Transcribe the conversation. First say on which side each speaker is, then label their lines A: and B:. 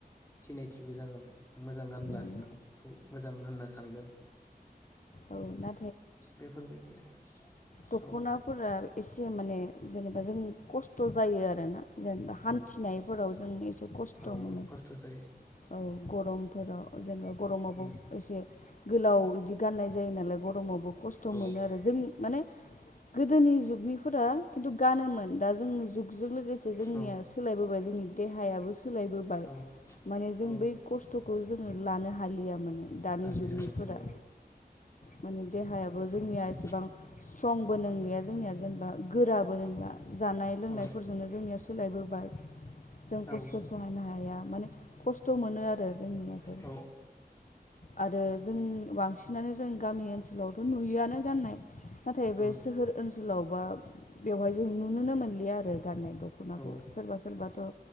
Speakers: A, on the left; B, on the left.
A: सिनायथिबो जागोन मोजां गानब्लासो
B: उम
A: नोंखौ मोजां होनना सानगोन।
B: औ दा
A: बेफोरबायदि आरो
B: दख'नाफोरा
A: औ
B: एसे माने जेनेबा जों खस्थ' जायो आरोना। जेनेबा हान्थिनायफोराव
A: औ
B: जों एसे खस्थ'
A: औ
B: मोनो।
A: खस्थ' जायो
B: औ गरमफोराव जेनेबा गरमाबबो
A: उम
B: एसे गोलाव बिदि गाननाय जायो। जायो नालाय ग'रमावबो खस्थ'
A: औ
B: मोनो आरो जों माने गोदोनि जुगनि फोरा खिन्थु गानोमोन दा जोंनि जुगजों लोगोसे जोंनिया
A: औ
B: सोलायबोबाय जोंनि देहायाबो सोलायबोबाय
A: औ
B: माने जों
A: औ
B: बै खस्थ'खौ जोङो लानो हालिया माने दानि
A: हालिया
B: जुगनिफोरा
A: आरो औ।
B: माने देहायाबो जोंनिया
A: उम
B: एसेबां स्ट्रंबो नंलिया जोंनिया जेनेबा गोराबो नोंला जानाय लोंनायफोरजोंनो
A: औ
B: जोंनिया सोलायबोबाय जों खस्थ'
A: औ
B: सहायनो हाया माने खस्थ' मोनो आरो जोंनियाफोर
A: औ
B: आरो जों बांसिन नानो जों गामि ओनसोलावथ' नुयोआनो गाननाय नाथाय
A: उम
B: बे सोहोर ओनसोलाव <unintelligible> बेवहाय जों नुनोनो मोनलिया आरो गाननाय दख'नाखौ
A: औ
B: सोरबा सोरबा थ'